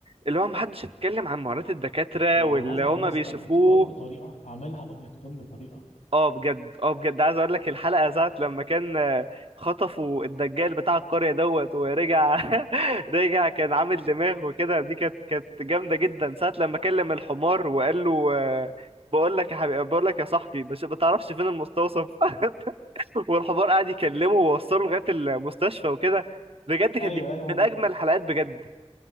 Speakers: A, on the right; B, on the left.
A: اللي هو محدش اتكلم عن معاناة الدكاترة
B: وعملها
A: واللي هما
B: يا اسطى
A: بيشوفوه
B: بإتقان بطريقة عملها بإتقان بطريقة
A: اه بجد اه بجد عايز اقولك الحلقة ساعة لما كان آه، خطفوا الدجال بتاع القرية دوت ورجع <laughs> رجع كان عامل دماغ وكده دي كانت كانت جامدة جدا ساعة لما كلم الحمار وقال له آه، بقول لك يا حبيبي بقول لك يا صاحبي بس ما تعرفش فين المستوصف <laughs> والحمار قعد يكلمه ووصله لغايه المستشفى وكده بجد كانت
B: ايوه
A: دي
B: ايوه
A: من اجمل الحلقات بجد